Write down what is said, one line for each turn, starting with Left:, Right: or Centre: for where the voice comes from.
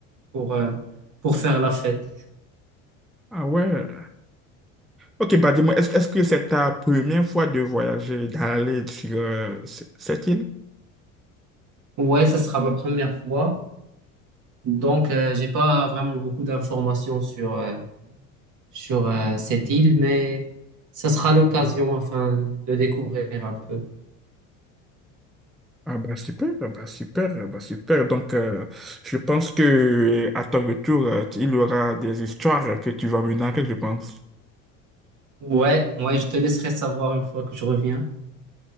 Right: pour, euh, pour faire la fête.
Centre: Ah ouais. Ok, bah dis-moi, est-ce, est-ce que c'est ta première fois de voyager, d'aller sur euh, c- cette île?
Right: Ouais, ça sera ma première fois. Donc, euh, j'ai pas vraiment beaucoup d'informations sur, euh, sur euh, cette île, mais ça sera l'occasion afin de découvrir un peu.
Centre: Ah bah super, ah bah super, ah bah super. Donc euh, je pense que euh, à ton retour, euh, tu- il y aura des histoires que tu vas me narrer, je pense.
Right: Ouais, ouais, je te laisserai savoir une fois que je reviens.